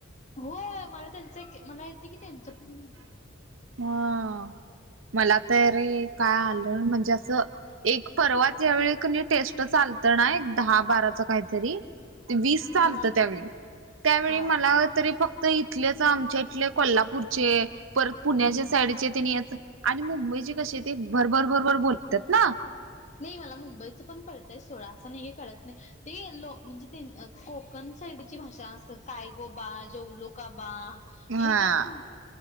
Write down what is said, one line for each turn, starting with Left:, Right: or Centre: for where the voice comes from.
Left: होय. मला त्यांचं, मला येत की त्यांचं पण.
Right: ह मला तरी काय आलं. म्हणजे एक परवाच्या वेळी कनी टेस्ट च आलतं ना एक. दहा बाराच काहीतरी. वीस झालतं
Left: हा
Right: त्यावेळी. त्यावेळी
Left: हा
Right: मला तरी, फक्त इथल्याच आमच्या इथले कोल्हापूरचे. परत पुण्याच्या
Left: हम्म
Right: साईडचे. ते नीयेत. आणि मुंबई कसे ते. भरभर भरभर बोल त्यात ना.
Left: नाही मला मुंबईचं पण कळतय सोडा. असा नाहीये कळत नाही. ते लो म्हणजे कोकण साईडची भाषा असल. कायगो बा. जवलोका बा.
Right: हा
Left: हे कसं